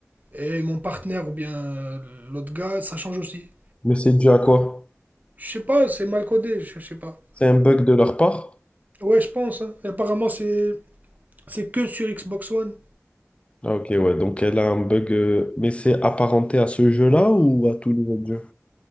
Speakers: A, on the right; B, on the left.
A: et mon partenaire ou bien euh, l'autre gars, ça change aussi.
B: Mais c'est dû à quoi?
A: Je sais pas, c'est mal codé, je je sais pas.
B: C'est un bug de leur part?
A: Ouais, je pense. hein. Et apparemment, c'est c'est que sur Xbox One.
B: Ah, ok, ouais, donc elle a un bug, euh, mais c'est apparenté à ce jeu-là ou à tous les autres jeux?